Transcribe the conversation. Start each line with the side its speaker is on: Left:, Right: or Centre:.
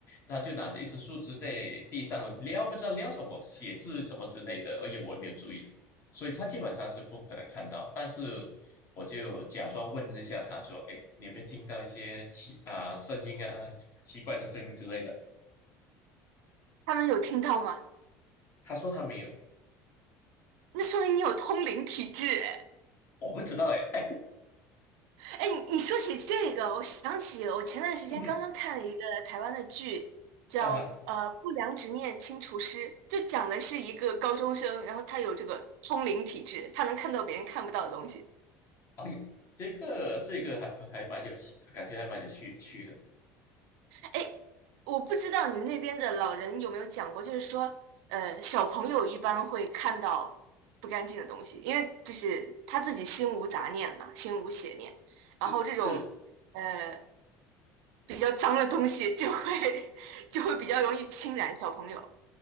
Left: 他就拿着一支树枝在地上撩，不知道撩什么，写字什么之类的，而且我也没有注意，所以他基本上是不可能看到。但是我就假装问了一下他说：“哎，你有没有听到一些奇啊、声音啊，奇怪的声音之类的？”
Right: 他们有听到吗？
Left: 他说他没有，
Right: 那说明你有通灵体质哎。
Left: 我不知道哎，<laughs> 哎
Right: 哎，你你说起这个，我想起我前段时间刚刚看了一个台湾的剧，
Left: 嗯哼
Right: 叫呃《不良执念清除师》，
Left: 啊，
Right: 就讲的是一个高中生，然后他有这个通灵体质，他能看到别人看不到的东西。
Left: 哎呦，这个这个还还蛮有趣，感觉还蛮有趣趣的。
Right: 哎，我不知道你们那边的老人有没有讲过，就是说，呃，小朋友一般会看到不干净的东西，因为就是他自己心无杂念嘛，心无邪念，然后这种呃
Left: 是，
Right: 比较脏的东西就会 <laughs> 就会比较容易侵染小朋友。